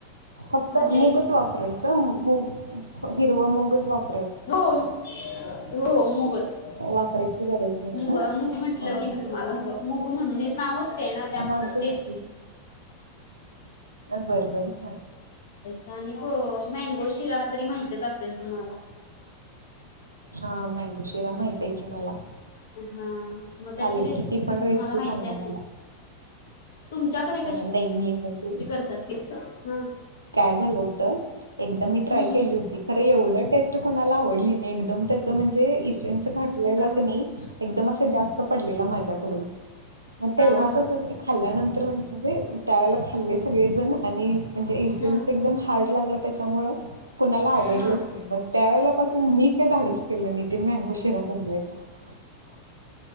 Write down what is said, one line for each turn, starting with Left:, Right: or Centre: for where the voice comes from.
Right: फक्त
Left: म्हणजे
Right: मूगच वापरायचं, हो हिरवा मूगच वाप
Left: हो मुगच,
Right: वापरायची गरज नाही आहे
Left: मूग
Right: ना
Left: म्हटलं
Right: हां
Left: की
Right: हां
Left: मी तुम्हाला मुग मुग म्हणून ना वच ते ना त्यामुळे
Right: हां
Left: तेच
Right: <inaudible> बरोबर हा
Left: आणिक मॅंगो शिरा तरी माहितच असेल तुम्हाला.
Right: हा मँगो शिरा माहित आहे की मला.
Left: हा मग त्याची
Right: चालेल
Left: रेसिपी
Right: की ती पण
Left: तुम्हां
Right: रेसिपी
Left: ला माहिती
Right: सांगा
Left: असेल.
Right: मला
Left: तुमच्याकडे
Right: अ,
Left: कशी
Right: नाही मी म्हणजे
Left: ती करतात ती हां
Right: काय झालं होतं एकदा मी ट्राय
Left: हम्म
Right: केली होती खरं, एवढं टेस्ट कोणाला आवडली नाही एकदम त्याच म्हणजे इसनच खाटलेला
Left: हा
Right: क नाही एकदम अस जास्त पडलेला माझ्याकडून मग
Left: हा
Right: तेव्हापासून
Left: हा हा
Right: खाल्ल्यानंतर म्हणजे त्यावेळेला खाल्ले सगळेजण आणि म्हणजे इसेन्स
Left: हा
Right: एकदम हार्ड लागलं त्याच्यामळं कुणाला आवडलंच
Left: हा हा
Right: नाही मग त्यावेेळेलापासून मी काय धाडस केलं नाही ते मँगो शिरा बनवायचा. <inaudible>